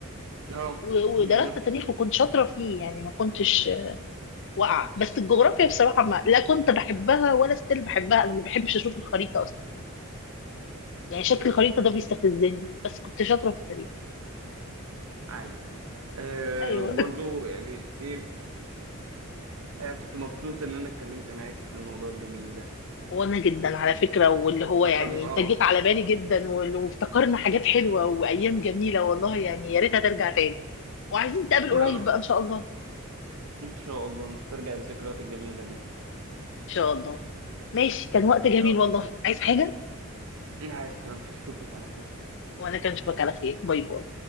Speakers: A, on the right (about 75°); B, on the left (about 60°).
A: اه
B: و-
A: كنا
B: ودرست
A: بناخد
B: تاريخ
A: تاريخ
B: وكنت شاطره فيه يعني ما كنتش وقع بس الجغرافيا بصراحة ما لا كنت بحبها ولا ستيل بحبها أنا ما بحبش أشوف الخريطة أصلا يعني شكل
A: <laughs>
B: الخريطة ده بيستفزني بس كنت شاطرة في التاريخ
A: عادي أه
B: أيوه
A: وبرضه يعني إيه أه كنت مبسوط إن أنا اتكلمت معاك في الموضوع الجميل ده
B: <laughs> وأنا جدا على فكرة واللي
A: وافتكرنا
B: هو يعني أنت
A: اه
B: جيت على بالي جدا وال- وافتكرنا حاجات حلوة وأيام جميلة والله يعني يا ريتها ترجع تاني وعايزين نتقابل
A: يا
B: قريب
A: رب
B: بقى إن شاء الله
A: إن شاء الله نسترجع الذكريات الجميلة دي
B: إن شاء الله ماشي كان وقت جميل
A: يلا
B: والله عايز حاجة
A: عايز سلامتك أشوفك على خير
B: وأنا كان أشوفك على خير باي باي